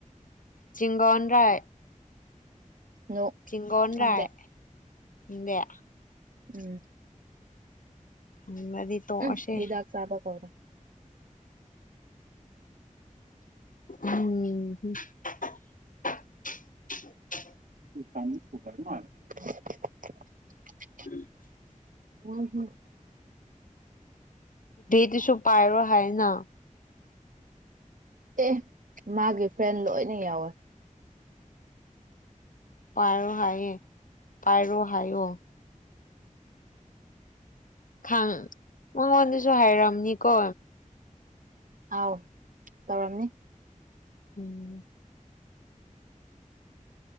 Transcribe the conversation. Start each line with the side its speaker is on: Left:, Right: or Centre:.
Left: ꯆꯤꯡꯒꯣꯟ ꯔꯥꯏ
Right: ꯅꯣ
Left: ꯆꯤꯒꯣꯟ
Right: ꯈꯪꯗꯦ
Left: ꯔꯥꯏ ꯈꯪꯗꯦ
Right: ꯎꯝ
Left: ꯈꯪꯗ꯭ꯔꯗꯤ ꯇꯣꯛꯑꯁꯦ
Right: ꯎꯝ ꯍꯤꯗꯥꯛ ꯆꯥꯕ ꯀꯥꯎꯔꯦ <inaudible>
Left: ꯎꯝꯍꯝ <inaudible>
Right: <unintelligible>
Left: <inaudible>
Right: ꯎꯝ ꯍꯝ
Left: ꯗꯨꯁꯨ ꯄꯥꯏꯔꯣ ꯍꯥꯏꯅ
Right: ꯑꯦ ꯃꯥꯒꯤ ꯐ꯭ꯔꯦꯟ ꯂꯣꯏꯅ ꯌꯥꯎꯋꯦ
Left: ꯄꯣ ꯍꯥꯏ ꯄꯔꯣ ꯍꯥꯏꯣ ꯈꯪ ꯃꯉꯣꯟꯗꯁꯨ ꯍꯥꯏꯔꯑꯝꯅꯤꯀꯣ
Right: ꯑꯥꯎ ꯇꯧꯔꯝꯅꯤ
Left: ꯎꯝ